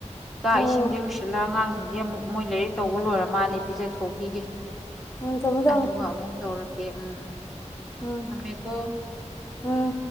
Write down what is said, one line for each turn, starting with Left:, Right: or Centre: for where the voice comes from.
Centre: ꯆꯥꯛ
Left: ꯍꯣꯏ
Centre: ꯏꯁꯤꯡꯁꯦ
Left: ꯍꯣꯏ
Centre: ꯂꯣꯏꯁꯤꯜꯂꯒ ꯑꯉꯥꯡꯁꯤꯡꯁꯦ ꯑꯃꯨꯛ ꯃꯣꯏ ꯂꯥꯏꯔꯤꯛ ꯇꯧꯕ ꯂꯣꯏꯔ ꯃꯥꯜꯂꯦ ꯄꯤꯖ ꯊꯣꯛꯣꯛꯈꯤꯒꯦ
Left: ꯎꯝ ꯊꯝꯃꯣ ꯊꯝꯃꯣ
Centre: ꯑꯗꯨꯒ ꯑꯃꯨꯛ ꯇꯧꯔꯛ ꯀꯦ ꯎꯝ ꯎꯝ
Left: ꯎꯝ
Centre: ꯊꯝꯃꯦꯀꯣ
Left: ꯎꯝ